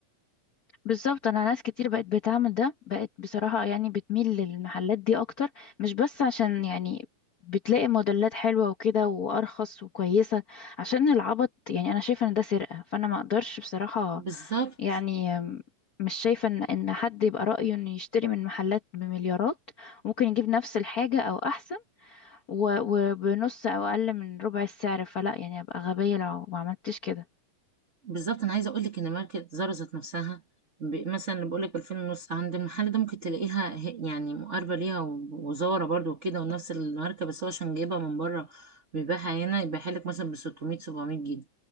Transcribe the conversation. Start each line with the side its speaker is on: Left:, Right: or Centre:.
Left: بالظبط انا ناس كتير بقت بتعمل ده بقت بصراحة يعني بتميل للمحلات دي اكتر مش بس عشان يعني بتلاقي موديلات حلوة وكده وارخص وكويسة عشان العبط يعني انا شايفة ان ده سرقة فانا ما اقدرش بصراحة
Right: بالظبط
Left: يعني أم، مش شايفة ان ان حد يبقى رأيه انه يشتري من محلات بمليارات ممكن يجيب نفس الحاجة او احسن و- وبنص او اقل من ربع السعر فلا يعني ابقى غبية لو ما عملتش كده
Right: بالظبط انا عايزه اقول لك ان ماركه زارا ذات نفسها ب- مثلا اللي بقول لك ب 2000 ونص عند المحل ده ممكن تلاقيها ه- يعني مقاربه ليها و- وزاره برضو وكده ونفس الماركه بس هو عشان جايبها من بره بيبيعها هنا يبيعها لك مثلا ب 600 700 جنيه